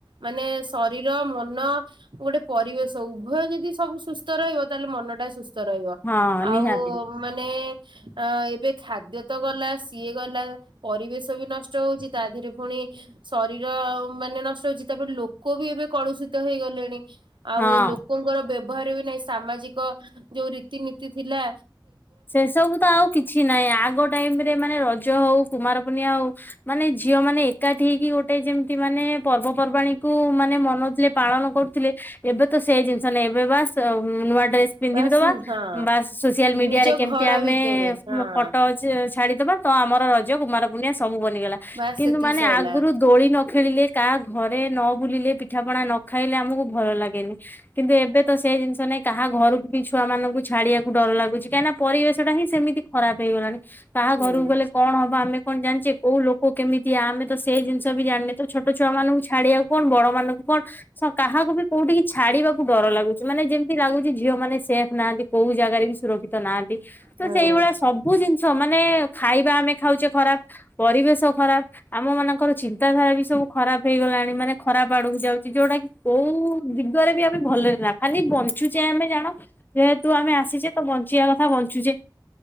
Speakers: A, on the right; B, on the left.
A: ମାନେ ଶରୀର, ମନ। ଗୋଟେ ପରିବେଶ ଉଭୟ ଯଦି ସବୁ ସୁସ୍ଥ ରହିବ ତାହେଲେ ମନଟା ସୁସ୍ଥ। ରହିବ
B: ହଁ
A: ଆଉ।
B: ନିହାତି
A: ମାନେ ଅ ଏବେ ଖାଦ୍ୟ ତ ଗଲା ସିଏ ଗଲା ପରିବେଶ ବି ନଷ୍ଟ ହଉଚି। ତା ଦେହରେ ପୁଣି। ଶରୀର ମାନେ ନଷ୍ଟ ହଉଚି, ତାପରେ ଲୋକ ବି ଏବେ କଳୁଷିତ ହେଇଗଲେଣି। ଆଉ
B: ହଁ।
A: ଲୋକଙ୍କର ବ୍ୟବହାର ବି ନାଇଁ ସାମାଜିକ ଯୋଉ ରୀତିନୀତି ଥିଲା।
B: ସେ ସବୁ ତ ଆଉ କିଛି ନାହିଁ, ଆଗ ଟାଇମରେ ମାନେ ରଜ ହଉ, କୁମାର ପୂର୍ଣ୍ଣିମା ହଉ। ମାନେ ଝିଅ ମାନେ ଏକାଠି ହେଇକି ଗୋଟେ ଯେମିତି ମାନେ ପର୍ବପର୍ବାଣୀ କୁ ମାନେ ମନଉଥିଲେ। ପାଳନ କରୁଥିଲେ ଏବେ ତ ସେଇ ଜିନିଷ ନାଇଁ ଏବେ ବାସ୍ ନୂଆ ଡ୍ରେସ୍। ପିନ୍ଧିଦବା
A: ବାସ୍ ହଁ।
B: ବାସ୍ ସୋସିଆଲ ମିଡିଆରେ
A: ନିଜ
B: କେମିତି
A: ଘର
B: ଆମେ
A: ଭିତରେ ହଁ
B: ଫଟୋ। ଛାଡିଦବା ତ ଆମର ରଜ, କୁମାର ପୂର୍ଣ୍ଣିମା ସବୁ ବନିଗଲା।
A: ବାସ୍
B: କିନ୍ତୁ
A: ସେତିକି
B: ମାନେ
A: ସଇଲା
B: ଆଗୁରୁ ଦୋଳି ନ। ଖେଳିଲେ, କାହା ଘରେ ନ ବୁଲିଲେ, ପିଠାପଣା ନ ଖାଇଲେ ଆମକୁ ଭଲ ଲାଗେନି। କିନ୍ତୁ, ଏବେ ତ ସେ ଜିନିଷ ନାଇଁ କାହା ଘରକୁ ବି ଛୁଆ ମାନଙ୍କୁ ଛାଡିଆକୁ ଡର ଲାଗୁଚି, କାହିଁକ ନା। ପରିବେଶ ଟା ହିଁ ସେମିତି ଖରାପ ହେଇଗଲାଣି କାହା
A: ହୁଁ।
B: ଘରକୁ ଗଲେ କଣ ହବ ଆମେ। କଣ ଜାଣିଚେ କୋଉ ଲୋକ କେମିତିଆ ଆମେ ତ ସେଇ ଜିନିଷ ବି ଜାଣିନେ ତ ଛୋଟ ଛୁଆ ମାନଙ୍କୁ ଛାଡିଆକୁ କଣ ବଡମାନଙ୍କୁ କଣ। କାହାକୁ ବି କୋଉଠିକି ଛାଡିବାକୁ ଡର ଲାଗୁଚି, ମାନେ ଯେମିତି ଲାଗୁଚି ଝିଅ ମାନେ ସେଫ୍ ନାହାନ୍ତି। କୋଉ ଜାଗାରେ ବି ସୁରକ୍ଷିତ ନାହାନ୍ତି ତ
A: ହଁ
B: ସେଇଭଳିଆ ସବୁ। ସବୁ ଜିନିଷ ମାନେ ଖାଇବା ଆମେ ଖାଉଚେ ଖରାପ, ପରିବେଶ ଖରାପ। ଆମ ମାନଙ୍କର ଚିନ୍ତାଧାରା ବି ସବୁ ଖରାପ ହେଇଗଲାଣି ମାନେ ଖରାପ ଆଡକୁ ଯାଉଚି ଯୋଉଟା କି। କୋଉ ଦିଗରେ ବି ଆମେ ଭଲରେ ନା ଖାଲି। ବଞ୍ଚୁଚେ ଆମେ ଜାଣ, ଯେହେତୁ ଆମେ ଆସିଚେ ତ ବଞ୍ଚିବା କଥା ବଞ୍ଚୁଚେ।